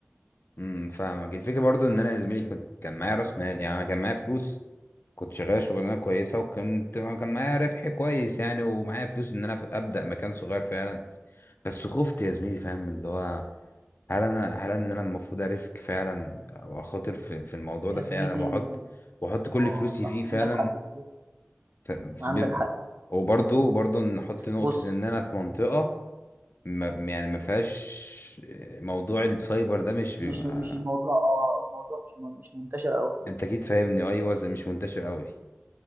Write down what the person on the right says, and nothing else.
يا
زميلي
اه
صح
عندك حق في دي.
عندك
حق
بص
مش
مش الموضوع اه الموضوع مش م- مش منتشر قوي